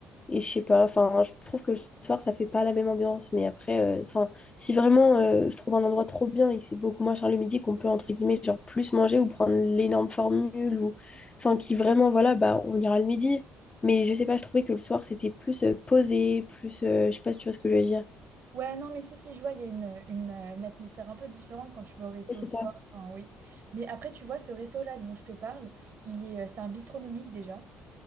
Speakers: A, on the left; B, on the right.
A: et je sais pas, enfin, je trouve que le soir, ça fait pas la même ambiance. Mais après, euh, enfin, si vraiment euh, je trouve un endroit trop bien et que c'est beaucoup moins cher le midi, qu'on peut, entre guillemets, genre plus manger ou prendre l'énorme formule ou, enfin, qui vraiment, voilà, bah, on ira le midi. Mais je sais pas, je trouvais que le soir, c'était plus euh, posé, plus, euh, je sais pas si tu vois ce que je veux dire.
B: Ouais, non, mais si, si, je vois, il y a une, une, euh, une atmosphère un peu différente quand tu vas au resto
A: Oui, c'est
B: le soir.
A: ça.
B: Enfin, oui. Mais après, tu vois, ce resto-là dont je te parle, il est, euh, c'est un bistronomique déjà.